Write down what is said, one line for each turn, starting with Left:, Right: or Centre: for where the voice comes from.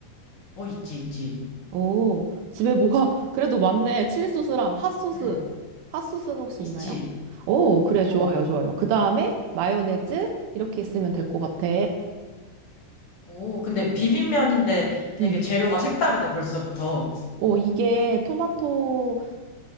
Left: 어, 있지, 있지.
Right: 오, 집에 뭐가 <laughs> 그래도 많네. 칠리 소스랑 핫소스.
Left: 응,
Right: 핫소스는 혹시
Left: 있지.
Right: 있나요? 오, 그래, 좋아요,
Left: 어.
Right: 좋아요. 그 다음에 마요네즈 이렇게 있으면 될 것 같아.
Left: 오, 근데 비빔면인데 되게
Right: 음.
Left: 재료가 색다르다, 벌써부터.
Right: 오, 이게 토마토에다가